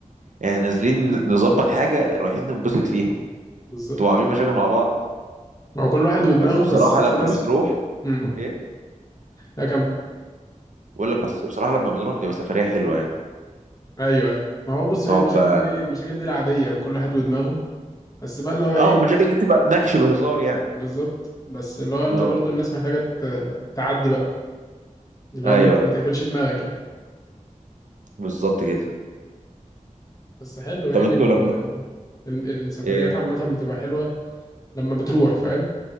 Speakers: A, on the right; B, on the left.
A: يعني نازلين نظبط حاجه رايحين ننبسط فيها
B: بالظبط
A: انتوا عاملين مشاكل مع بعض
B: ما هو كل واحد ودماغه
A: بس بصراحه
B: بس في
A: لما
B: ناس
A: بنروح
B: امم
A: ايه
B: لا كم
A: بقول لك بس بصراحه لما بنروح بتبقى سفريه حلوه يعني
B: ايوه ايوه ما هو بص
A: نقعد
B: هي المشاكل
A: بقى
B: دي المشاكل دي العاديه كل واحد ودماغه بس بقى اللي هو
A: اه
B: ايه
A: والمشاكل دي بتبقى بنكش بهزار يعني
B: بالظبط بس اللي هو انت
A: اه
B: برضو الناس محتاجه ت- تعدي بقى اللي
A: ايوه
B: هو ما ت- ما تقفلش دماغك يعني
A: بالظبط كده
B: بس حلو يعني
A: طب انتوا
B: ال...
A: لما
B: ال- السفريات
A: ايه
B: عامة بتبقى حلوة لما بتروح فاهم